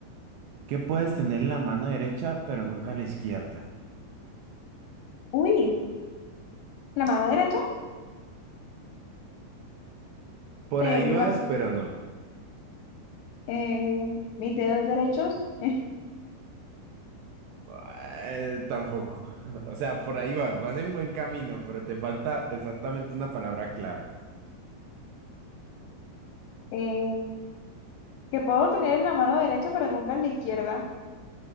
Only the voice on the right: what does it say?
¿Qué puedes tener en la mano derecha, pero nunca la izquierda?
Por
ahí
vas,
pero no.
Eh, tampoco. <laughs> O sea, por ahí vas, vas en buen camino, pero te falta exactamente una palabra clave.